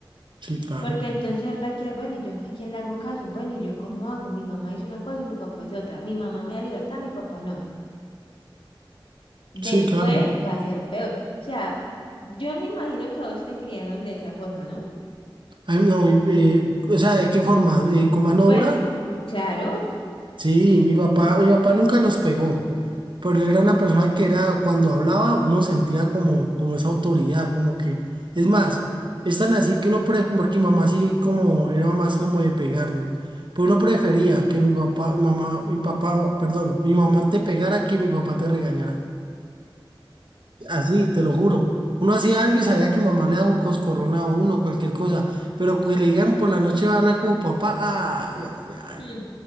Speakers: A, on the right (about 60°); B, on the left (about 85°).
A: sí, claro.
B: Porque entonces él va a quedar, bueno, ¿y yo a quién le hago caso? Bueno, ¿y yo cómo hago? Mi mamá hizo una cosa, mi papá hizo otra. Mi mamá me da libertad, mi papá no. Después
A: Sí, claro.
B: va a ser peor. O sea, yo me imagino que a vos te criaron de esa forma, ¿no?
A: Ay, no, y- eh, o sea, ¿de qué forma? Eh, ¿con mano
B: Pues,
A: dura?
B: claro.
A: Sí, mi papá, mi papá nunca nos pegó, pero él era una persona que era, cuando hablaba, uno sentía como, como esa autoridad, como que, es más, es tan así que uno, pre- porque mi mamá sí como, era más como de pegarnos, pero uno prefería que mi papá, mamá, mi papá, perdón, mi mamá te pegara que mi papá te regañara. Así, te lo juro. Uno hacía algo y sabía que mamá le daba un coscorrón a uno, cualquier cosa. Pero que le digan por la noche va a hablar con papá, ay, ay, ay.
B: Mm.